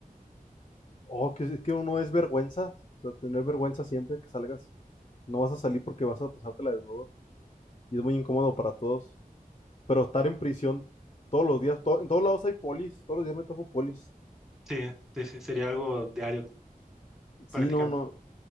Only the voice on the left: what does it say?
Oh, que es que uno es vergüenza. O sea, tener vergüenza siempre que salgas. No vas a salir porque vas a pasártela desnudo. Y es muy incómodo para todos. Pero estar en prisión todos los días, to- en todos lados hay polis. Todos los días me topo polis.
Sí,
no, no,